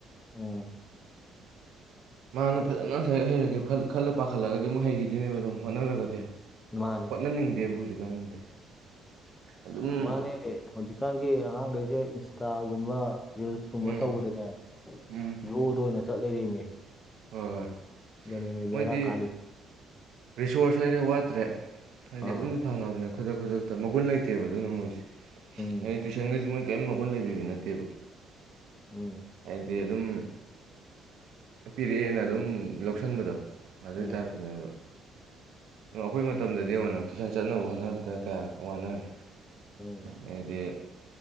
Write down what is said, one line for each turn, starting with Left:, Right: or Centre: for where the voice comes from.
Left: ꯑꯣ
Right: ꯃꯥꯅ ꯐꯖꯅ ꯂꯩꯔꯤꯛ ꯍꯩꯔꯒꯦ ꯈꯜꯂꯥ ꯄꯥꯈꯠꯂꯛꯑꯒꯗꯤ ꯑꯃꯨꯛ ꯍꯩꯈꯤꯗꯨꯏꯅꯦꯕ ꯑꯗꯨꯝ ꯍꯣꯠꯅꯔꯒꯗꯤ
Left: ꯃꯥꯅꯦ
Right: ꯍꯣꯠꯅꯅꯤꯡꯗꯦꯕ ꯍꯧꯖꯤꯛꯀꯥꯟꯗꯤ ꯑꯗꯨꯝ
Left: ꯃꯥꯅꯦ ꯍꯧꯖꯤꯛꯀꯥꯟꯒꯤ ꯑꯉꯥꯡꯈꯩꯖꯦ ꯏꯟꯁꯇꯥꯒꯨꯝꯕ ꯔꯤꯜꯁ ꯀꯨꯝꯕ
Right: ꯎꯝ
Left: ꯇꯧꯕꯗꯅꯦ
Right: ꯎꯝ
Left: ꯌꯣꯗꯥ ꯑꯣꯏꯅ ꯆꯠ ꯂꯩꯔꯦꯃꯦ
Right: ꯍꯣꯏ ꯍꯣꯏ
Left: ꯁꯤꯗꯥꯅꯦꯃꯦ
Right: ꯃꯣꯏꯗꯤ
Left: ꯕꯦꯔꯥ ꯀꯥꯔꯤ
Right: ꯔꯤꯁꯣꯔꯁ ꯍꯥꯏꯗꯤ ꯋꯥꯠꯇ꯭ꯔꯦ ꯍꯥꯏꯗꯤ
Left: ꯑꯥ
Right: ꯑꯗꯨꯝ ꯐꯪꯉꯕꯅꯦ ꯈꯨꯗꯛ ꯈꯨꯗꯛꯇ ꯃꯒꯨꯟ ꯂꯩꯇꯦꯕ ꯑꯗꯨꯅ ꯃꯣꯏꯁꯦ
Left: ꯎꯝ
Right: ꯑ ꯇꯨꯏꯁꯟꯒꯁꯨ ꯃꯣꯏ ꯀꯔꯤꯝ ꯃꯒꯨꯟ ꯂꯩꯕꯤꯕ ꯅꯠꯇꯦꯕ
Left: ꯎꯝ
Right: ꯍꯥꯏꯗꯤ ꯑꯗꯨꯝ ꯄꯤꯔꯛꯑꯦꯅ ꯑꯗꯨꯝ ꯂꯧꯁꯟꯕꯗꯣ ꯑꯗꯨꯏ
Left: ꯎꯝ
Right: ꯇꯥꯏꯞꯇꯅꯦꯕ ꯑꯩꯈꯣꯏ ꯃꯇꯝꯗꯗꯤ ꯌꯦꯡꯉꯣꯅ ꯇꯨꯏꯁꯟ ꯆꯠꯅꯕ ꯍꯣꯠꯅꯕꯗ ꯀꯌꯥꯝ ꯋꯥꯅꯔꯦ
Left: ꯎꯝ
Right: ꯍꯥꯏꯗꯤ